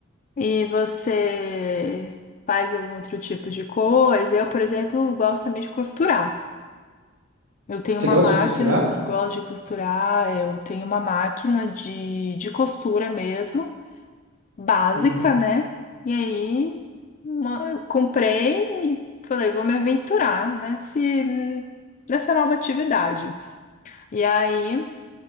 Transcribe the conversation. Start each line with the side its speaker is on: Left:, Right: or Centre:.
Left: E você faz algum outro tipo de coisa? Eu, por exemplo, gosto também de costurar. Eu tenho
Right: Você
Left: uma
Right: gosta
Left: máquina,
Right: de costurar?
Left: gosto de costurar, eu tenho uma máquina de, de costura mesmo. básica,
Right: Uhum.
Left: né? E aí uma- eu comprei e falei, vou me aventurar nesse, nessa nova atividade. E aí